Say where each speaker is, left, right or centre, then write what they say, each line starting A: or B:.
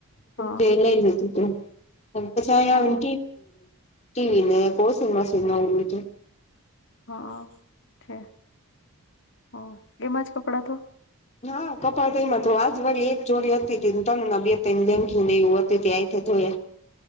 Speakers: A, on the left; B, on the left.
A: હા
B: જઈ લ લધું તુંટીધું
A: ઓ
B: ટીવીને વોશિંગ મશીન નવું લીધું
A: હા છે હ એમાં જ કપડાં ધો
B: હા કપડાં તો એમાં ધોવ આજ વળી એક જોડી હતી ને તનના બે તન લેંઘ્યું ને એવું હતી તે હાથે ધોયા